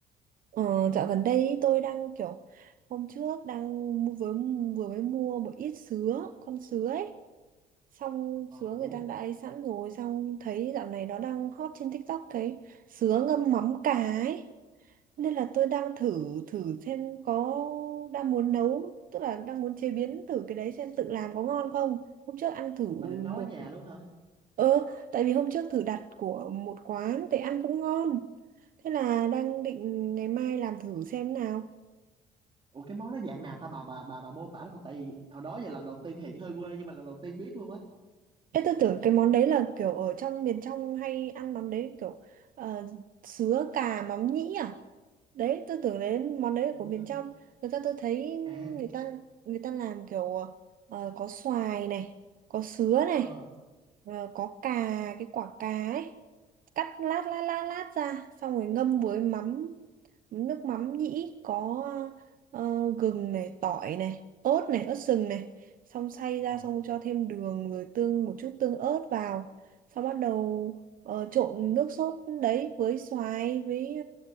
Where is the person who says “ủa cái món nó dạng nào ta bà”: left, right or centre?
Right